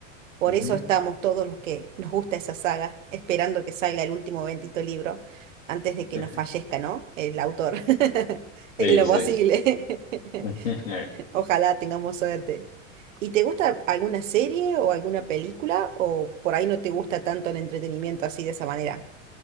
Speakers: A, on the right; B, on the left.
A: Por
B: Ujú.
A: eso estamos todos los que nos gusta esa saga, esperando que salga el último bendito libro antes de que
B: <laughs>
A: nos fallezca, ¿no? El autor. <laughs> En
B: Sí,
A: lo
B: sí.
A: posible. <laughs>
B: <laughs>
A: Ojalá tengamos suerte. ¿Y te gusta alguna serie o alguna película? ¿O por ahí no te gusta tanto el entretenimiento así de esa manera?